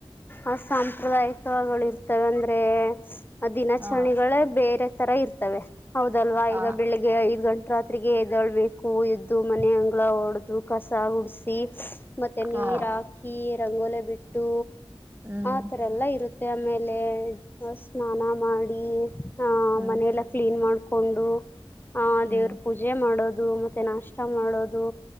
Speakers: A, on the left (about 20°); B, on the right (about 20°).
A: ಆ ಸಾಂಪ್ರದಾಯಿಕ ಉತ್ಸವಗಳು ಇರ್ತವೆ ಅಂದ್ರೆ ದಿನಾಚರಣೆಗಳೇ
B: ಹಾ
A: ಬೇರೆ ತರ ಇರ್ತವೆ ಹೌದಲ್ವಾ
B: ಹಾ
A: ಈಗ ಬೆಳಿಗ್ಗೆ ಐದ್ ಗಂಟೆ ರಾತ್ರಿಗೆ ೊಳ್ಬೇಕು ಎ್ದು ಮನೆ ಅಂಗಳ ಹೊಡ್ದು ಕಸ ಆಗ ಉಡಸ ಮತ್ತೆ ನೀ
B: ಹಾ
A: ರಾಕಿ ರಂಗೋಲೆ ಬಿಟ್ಟು
B: ಹ್ಮ್
A: ಆ ತರ ಎಲ್ಲಾ ಇರುತ್ತೆ ಮತ್ತು ಆಮೇಲೆ ಸ್ನಾನ ಮಾಡಿ ಹ
B: ಹ್ಮ್
A: ಮನೆ ಎಲ್ಲ ಕ್ಲೀನ್ ಮಾಡ್ ಕುಂಡೋ ಹ
B: ಹ್ಮ್
A: ದೇವ್ರ ಪೂಜೆ ಮಾಡೋದು ಮತ್ತೆ ನಾಷ್ಟ ಮಾಡೋದು